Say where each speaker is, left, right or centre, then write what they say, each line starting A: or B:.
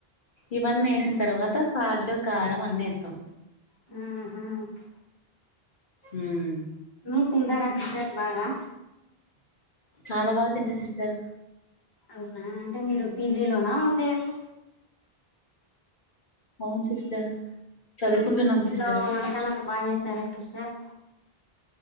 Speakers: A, on the left (about 55°); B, on the left (about 25°).
A: ఇవన్నీ వేసిన తర్వాత సాల్ట్ కారం అన్ని వేస్తాం
B: ఆహ
A: ఉం
B: మీరు తింటార సిస్టర్ బాగా
A: చాలా బాగా తింట సిస్టర్
B: అవునా అంటే మీరు పీజీ లోనా ఉండేది
A: అవును సిస్టర్ చదువుకుంటున్నాం
B: మీ బలో
A: సిస్టర్
B: <unintelligible> వంటలుంద బాగా చేస్తారుా సిస్టర్